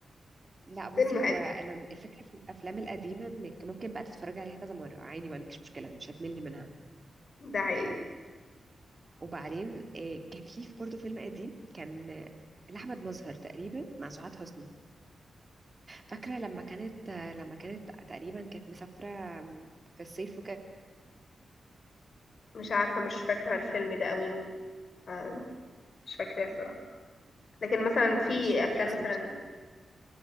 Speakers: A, on the right (about 40°); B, on the left (about 60°).
A: لا بصي
B: فيلم حلو
A: هو انا الفكره في الافلام القديمه انك ممكن بقى تتفرجي عليها كذا مره عادي ما عندكش مشكله مش هتمل منها
B: ده حقيقي
A: وبعدين آه، كان في برضه فيلم قديم كان آه، لاحمد مظهر تقريبا مع سعاد حسني فاكرة لما كانت لما كانت تقريبا كانت مسافرة في الصيف وكده
B: مش عارفة مش فاكرة الفيلم ده قوي آه، مش فاكراه الصراحة لكن مثلا في
A: مش فاكرة
B: افلام
A: اسمه
B: مثلا
A: بصراحة